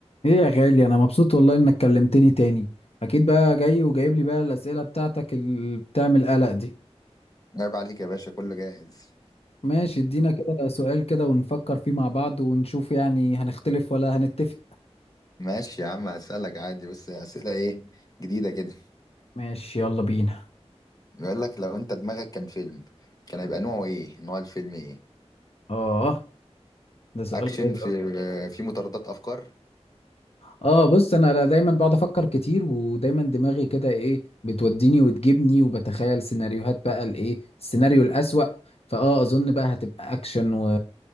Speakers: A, on the left; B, on the left.
A: ايه يا غالي انا مبسوط والله انك كلمتني تاني اكيد بقى جاي وجايب لي بقى الاسئله بتاعتك اللي بتعمل قلق دي
B: عيب عليك يا باشا كله جاهز
A: ماشي ادينا كده سؤال كده ونفكر فيه مع بعض ونشوف يعني هنختلف ولا هنتفق
B: ماشي يا عم هسألك عادي بس أسئلة إيه جديدة كده
A: ماشي يلا بينا
B: بيقول لك لو أنت دماغك كان فيلم كان هيبقى نوعه إيه نوع الفيلم إيه
A: اه ده سؤال
B: أكشن
A: غريب
B: في في مطاردات أفكار
A: اه بص انا دايما بقعد افكر كتير ودايما دماغي كده ايه بتوديني وتجيبني وبتخيل سيناريوهات بقى الايه السيناريو الاسوأ فاه اظن بقى هتبقى اكشن و...